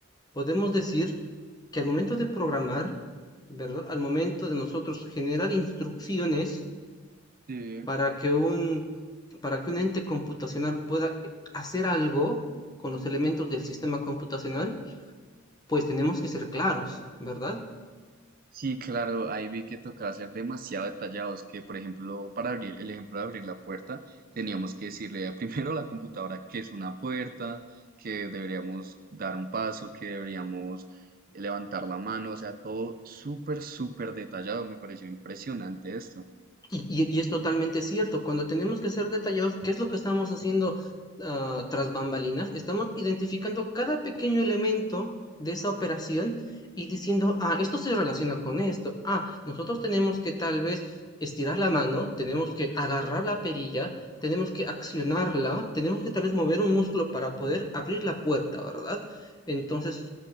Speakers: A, on the left; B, on the right.
A: podemos decir que al momento de programar, ¿verdad? Al momento de nosotros generar instrucciones
B: Sí.
A: para que un, para que un ente computacional pueda hacer algo con los elementos del sistema computacional, pues tenemos que ser claros, ¿verdad?
B: Sí, claro, ahí vi que tocaba ser demasiado detallados, que por ejemplo, para abrir el ejemplo de abrir la puerta, teníamos que decirle a- <laughs> primero a la computadora que es una puerta, que deberíamos dar un paso, que deberíamos levantar la mano, o sea, todo súper, súper detallado, me pareció impresionante esto.
A: Y, y- y es totalmente cierto, cuando tenemos que ser detallados, ¿qué es lo que estamos haciendo ah, tras bambalinas? Estamos identificando cada pequeño elemento de esa operación y diciendo, ah, esto se relaciona con esto, ah, nosotros tenemos que tal vez estirar la mano, tenemos que agarrar la perilla, tenemos que accionarla, tenemos que tal vez mover un músculo para poder abrir la puerta, ¿verdad? Entonces,